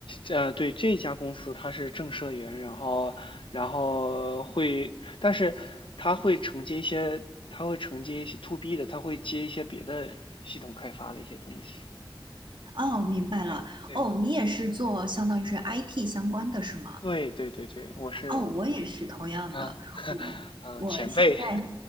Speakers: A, on the left; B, on the right.
A: 呃，对这家公司它是正社员，然后然后会，但是它会承接一些，它会承接一些 to B 的，它会接一些别的系统开发的一些东西。
B: 哦，明白了，
A: 对对
B: 哦，你也是做相当于是 IT 相关的是吗？
A: 对对对对，我是
B: 哦，我也是同样的。
A: 啊，<laughs>
B: 我我现在
A: 嗯、前辈，